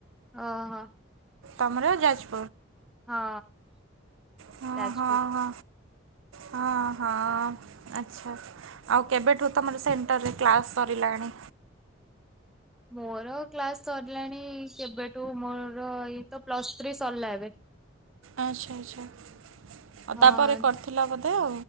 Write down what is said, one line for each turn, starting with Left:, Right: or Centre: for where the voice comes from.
Centre: ଓ ହୋ।
Right: ତମର ଯାଜ
Centre: ହଁ।
Right: ହ
Centre: ଯାଜପୁର।
Right: ହଁ ହଁ। ହଁ ହଁ ଆଚ୍ଛା ଆଉ କେବେଠୁ ତମର ସେଣ୍ଟରରେ କ୍ଲାସ୍ ସରିଲାଣି।
Centre: ମୋର କ୍ଲାସ ସରିଲାଣି କେବେଠୁ ମୋର ଏଇ ତ ପ୍ଲସ ଥ୍ରୀ ସରିଲା ଏବେ
Right: ଆଚ୍ଛା ଆଚ୍ଛା। ଆଉ
Centre: ହଁ
Right: ତାପରେ କରିଥିଲା ବୋଧ ହ।